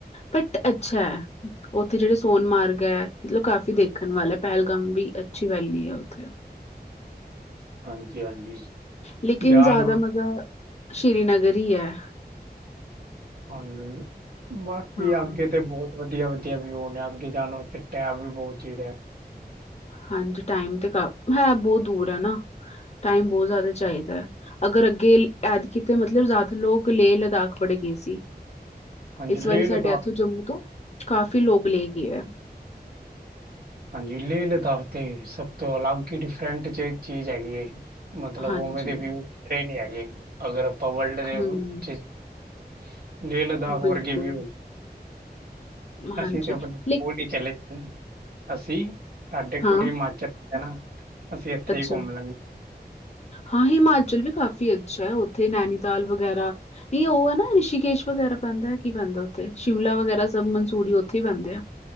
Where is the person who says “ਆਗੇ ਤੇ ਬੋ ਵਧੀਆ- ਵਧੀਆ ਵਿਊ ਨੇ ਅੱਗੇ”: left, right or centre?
Right